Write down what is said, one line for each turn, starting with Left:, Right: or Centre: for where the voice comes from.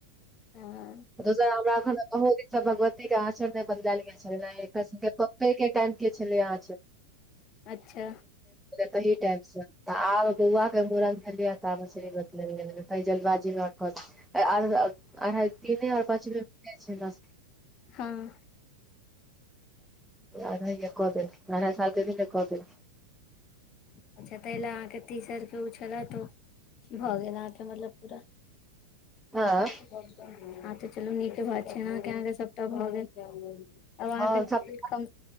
Left: ह
Centre: दोसर हमरा एखन बहुत दिनसँ भगवतीके आँचरण नहि बदलायल गेल छलै एकरके के टाइम के छलह
Left: अच्छा
Centre: टाहि टाइम से तऽ आब बौआके मूड़न भेलियै तऽब आचरी बतलेलियै कही जलबाजीमे रखत अढ़ाइ तीने आओर पाँच जा छै न
Left: हँ
Centre: आधा क दे अढ़इ सालके द क दे
Left: अच्छा ताहि लए अहाँके तीसरके ओ छलऽ तो भऽ गेल अहाँके मतलब पूरा
Centre: हँ
Left: हँ तऽ चलू नीके बात छैय अके अहाँके सभटा भऽ गेल अब अहाँकेम
Centre: हँ सब